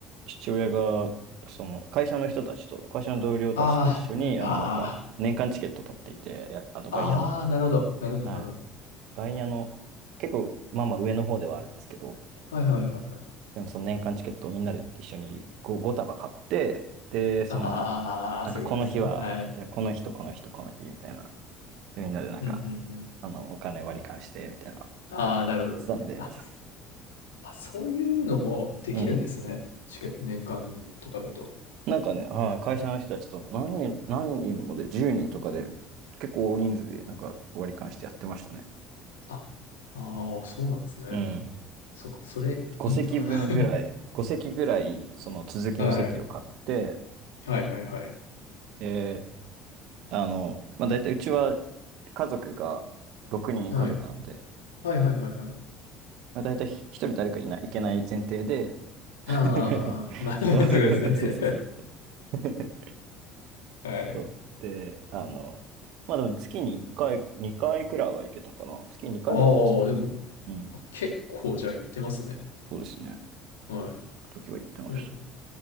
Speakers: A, on the right; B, on the left.
A: 父親が、その、会社の人たちと、会社の同僚たちと一緒に、
B: ああ、あ
A: あの、なんか、年間チケット取っていて、や、あの、外野の、
B: あ、ああ、なるほど。なるほど、
A: はい。
B: なるほど。
A: 外野の、結構、まあまあ上の方ではあるんですけど、
B: はいはいはいはい。
A: でもその年間チケットをみんなで一緒に 5, 束買って、で、その、
B: ああ、
A: なんかこの日は、
B: そういうことですね。はい。
A: じゃあこの日とこの日とこの日みたいな。でみんなでなんか、
B: うん、うん、うん。
A: あの、お金割り勘してみたいな。
B: ああ、なるほど。
A: やってたんで、
B: あ、
A: そ
B: そあ、そういうのもできるんですね。
A: うん。
B: チケット年間とかだと。
A: なんかね、はい、会社の人たちと何人、何人もで、10人とかで、結構大人数でなんか割り勘してやってましたね。
B: あ、ああ、そうなんですね。
A: うん。
B: そうか、それいいな。
A: 5席分ぐらい、
B: <laughs>
A: 5席ぐらい、その続きの席を買って、
B: はい。はいはいはい。
A: で、あの、まあ、大体うちは家族が6人家族なんで、
B: はい。はいはいはいはい。
A: まあ、大体ひ一人誰かいない、いけない前提で <laughs>
B: ああ、<laughs> まあ、<laughs> そういうことですね。
A: そう <laughs> そうそうそう。<laughs>
B: <laughs> はい。
A: そう。で、あの、まあでも月に1回、2回くらいは行けたかな。月に2回くらいでした。
B: ああ、でも、
A: うん。
B: 結構じゃあ行ってますね。
A: そうですね。行
B: は
A: くときは行ってました。
B: い。でも、